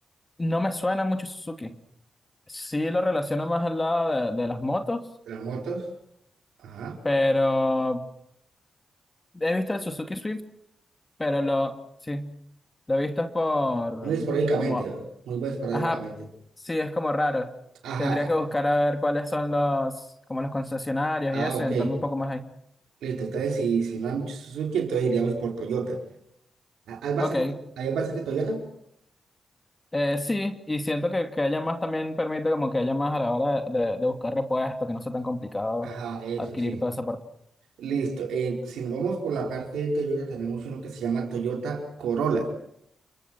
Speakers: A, on the left; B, on the right.
A: no me suena mucho Suzuki. Sí lo relaciono más al lado de, de las motos,
B: las motos, ajá,
A: pero he visto el Suzuki Swift, pero lo, sí, lo he visto es por,
B: muy
A: mm,
B: esporádicamente,
A: como,
B: muy esporádicamente.
A: ajá, sí, es como raro.
B: Ajá,
A: Tendría
B: eh,
A: que buscar a ver cuáles son los, como los concesionarios
B: ah,
A: y eso,
B: ok.
A: y entrarme un poco más ahí.
B: Listo, entonces si, si no hay mucho Suzuki, entonces iríamos por Toyota. Ah, ¿Hay bases,
A: Ok,
B: de, hay bases de Toyota?
A: eh, sí, y siento que, que haya más también permite como que haya más a la hora de, de- de buscar repuestos, que no sea tan complicado
B: Ajá, eso
A: adquirir
B: sí.
A: toda esa parte.
B: Listo. eh, si nos vamos por la parte de Toyota, tenemos uno que se llama Toyota Corolla.